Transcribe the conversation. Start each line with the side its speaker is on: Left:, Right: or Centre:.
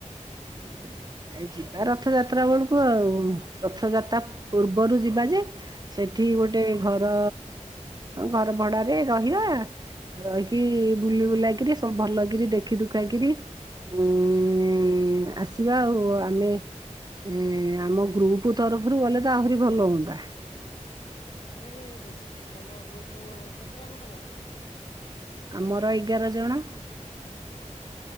Right: <inaudible> ଏ ଯିବା ରଥ ଯାତ୍ରା ବେଳକୁ ଆଉ, ରଥଯାତ୍ରା ପୂର୍ବରୁ ଯିବା ଯେ ସେଠି ଗୋଟେ ଘର, ଘର ଭଡାରେ ରହିବା। ରହିକି ବୁଲି ବୁଲା କିରି, ସବୁ ଭଲ କିରି ଦେଖି ଦୁଖା କିରି ଉଁ ଉଁ ଆସିବା ଆଉ, ଆମେ ଏ ଆମ ଗ୍ରୁପ ତରଫରୁ ଗଲେ ତ ଆହୁରି ଭଲ ହୁଅନ୍ତା।
Left: ହୁଁ ଯେ -ତମ ଗ୍ରୁପ କେତେ ଜଣ ତମର?
Right: ଆମର ଏଗାର ଜଣ।